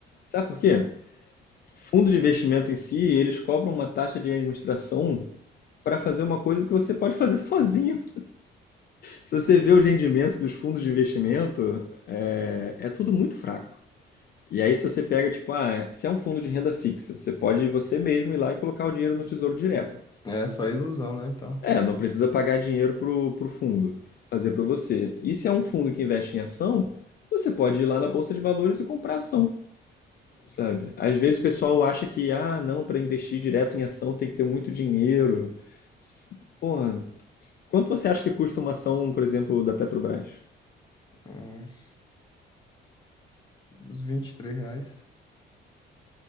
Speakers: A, on the left (about 50°); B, on the left (about 20°).
A: Sabe por quê? Fundo de investimento em si, eles cobram uma taxa de administração para fazer uma coisa que você pode fazer sozinho. Se você vê os rendimentos dos fundos de investimento, é, é tudo muito fraco. E aí, se você pega, tipo, ah, se é um fundo de renda fixa, você pode você mesmo ir lá e colocar o dinheiro no Tesouro Direto.
B: É só ilusão, né? Então.
A: É, não precisa pagar dinheiro pro, pro fundo fazer para você. E se é um fundo que investe em ação, você pode ir lá na Bolsa de Valores e comprar ação. Sabe? Às vezes o pessoal acha que, ah, não, para investir direto em ação tem que ter muito dinheiro. S- Pô, quanto você acha que custa uma ação, por exemplo, da Petrobras?
B: Uns uns 23 reais.